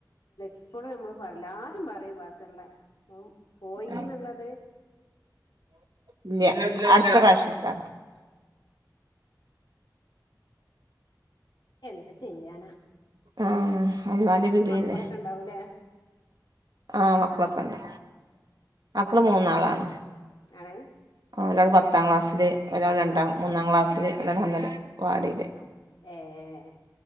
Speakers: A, on the left (about 80°); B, on the right (about 65°).
A: ഇപ്പോള നമ്മള് പറല ആരും പറയും പാത്തള്ള പോയിന്നുള്ളത്
B: ആ ഇല്ല അടുത്ത വാവഷ്യത്ത
A: എന്ത് ചെയ്യാനാ
B: ആഹ് അൽമാതി വിളില്ലേ
A: മക്കളൊക്കെ ഉണ്ടാവൂലേ
B: ആഹ് വക്കമാക്കണ്ട മക്കള് മൂന്നാളാണ്
A: ആണ്
B: ഒരാള് പത്താം ക്ലാസ്സില് ഒരാൾ രണ്ടാം
A: ഏ
B: മൂന്നാം ക്ലാസ്സിൽ ഒരാട അങ്കൽ വാടിയിൽ
A: ഏഹ്